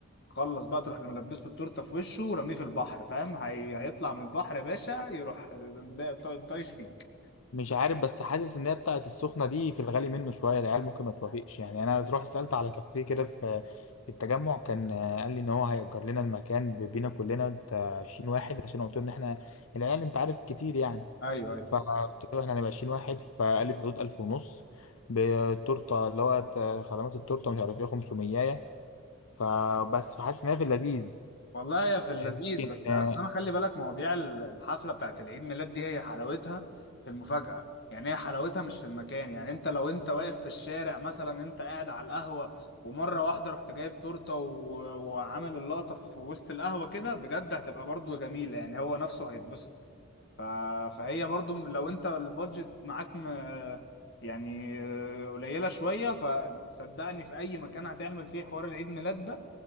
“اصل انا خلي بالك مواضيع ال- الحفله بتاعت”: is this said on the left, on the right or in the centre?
Left